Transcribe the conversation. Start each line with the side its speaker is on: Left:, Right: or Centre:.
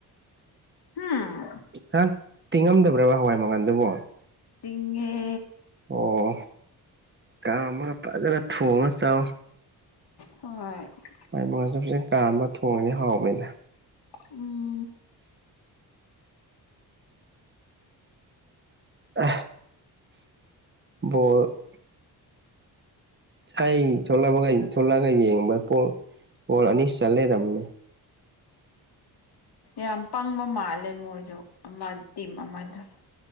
Left: ꯍꯨꯝ
Right: ꯉꯔꯥꯡ ꯇꯤꯡꯉꯝꯗꯕ꯭ꯔꯕ ꯍꯋꯥꯏ ꯃꯪꯒꯜꯗꯨꯕꯣ
Left: ꯇꯤꯡꯉꯦ
Right: ꯑꯣ ꯀꯥꯝꯃꯒ ꯐꯖꯒ ꯊꯣꯡꯉ ꯆꯥꯎ
Left: ꯍꯣꯏ <unintelligible> <inaudible>
Right: ꯃꯥꯏ ꯃꯉꯜꯁꯨ ꯐꯖꯟ ꯀꯥꯝꯕ ꯊꯣꯡꯉꯅꯤ ꯍꯥꯎꯕꯉꯗ
Left: ꯎꯝ
Right: ꯑ <unintelligible> <inaudible> ꯣ <unintelligible> <inaudible> ꯀꯩ ꯊꯂꯛꯑꯒ ꯌꯦꯡꯕ ꯄꯣ ꯄꯣꯜ ꯑꯅꯤ ꯆꯜ ꯂꯩꯔꯝꯃꯤꯅꯦ
Left: ꯌꯥꯝ ꯄꯪꯕ ꯃꯥꯜꯂꯦ ꯃꯣꯏꯗ ꯑꯃ ꯇꯤꯝ ꯑꯃꯗꯣ